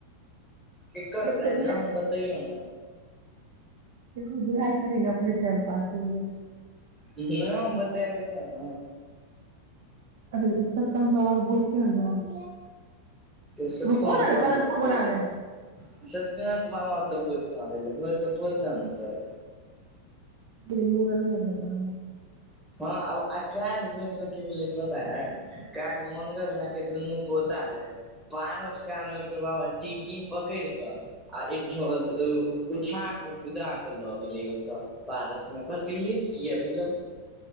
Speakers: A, in the centre; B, on the right.
A: केकर
B: ककरो
A: बुराए नाम बतैयो न
B: केकरो बुराई करही ने अपने टाइम पास हो जेतो
A: नाम बतेबै तब नै
B: अ त ससकांत बाबा के बोझ कहेन रहे।
A: ससकांत
B: रुको ने
A: मामा
B: कलरफुल
A: के भोज
B: बना
A: तऽ
B: रहे
A: ससकांत मामा के तऽ भोज कहा गेलै भोज तऽ <unintelligible>
B: ओय दिन मुरनो नै भेल रहे।
A: हां अब अ काएल भोज मे की भेले से पता यै काएल मंगल झा के दुनू पोता रहे पारस काल मे तै बाबा टीकी पकड़ कऽ आ एक झोल द उ उठा कऽ कुदा कऽ लऽ गेलै ओ। तऽ पारस मे कहलके लेट किया भेलौ।